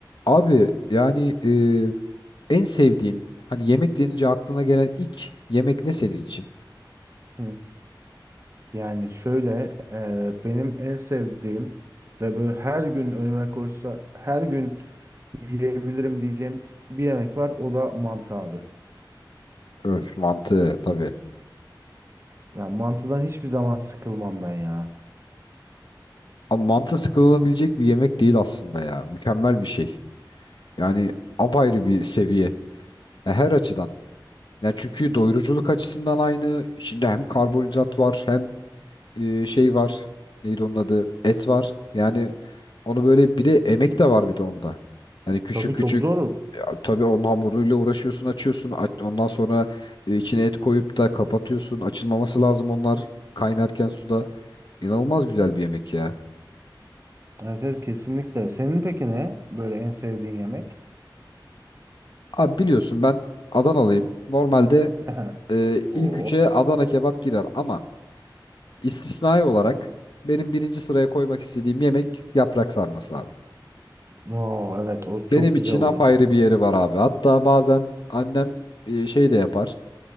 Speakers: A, on the left (about 70°); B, on the right (about 35°).
A: Abi yani e, en sevdiğin hani yemek denince aklına gelen ilk yemek ne senin için?
B: Hı. Yani şöyle e, benim en sevdiğim ve böyle her gün önüme koysa her gün yiyebilirim diyeceğim bir yemek var o da mantı abi.
A: Öf, mantı tabii.
B: Yani mantıdan hiçbir zaman sıkılmam ben ya.
A: Ama mantı sıkılabilecek bir yemek değil aslında ya. Mükemmel bir şey. Yani apayrı bir seviye. Ya her açıdan. Ya çünkü doyuruculuk açısından aynı. İçinde hem karbonhidrat var hem e, şey var. Neydi onun adı? Et var. Yani onu böyle bir de emek de var bir de onda. Hani küçük
B: Tabii
A: küçük
B: çok zor.
A: ya, tabii onun hamuruyla uğraşıyorsun, açıyorsun. Aç- Ondan sonra e, içine et koyup da kapatıyorsun. Açılmaması lazım onlar kaynarken suda. İnanılmaz güzel bir yemek ya.
B: Evet, evet kesinlikle. Senin peki ne böyle en sevdiğin yemek?
A: Abi biliyorsun ben Adanalıyım. Normalde
B: <laughs>
A: e, ilk
B: Oh.
A: üçe Adana kebap girer ama istisnai olarak benim birinci sıraya koymak istediğim yemek yaprak sarması abi.
B: No, evet o çok
A: Benim
B: güzel
A: için
B: olur.
A: apayrı bir yeri var abi. Hatta bazen annem e, şey de yapar.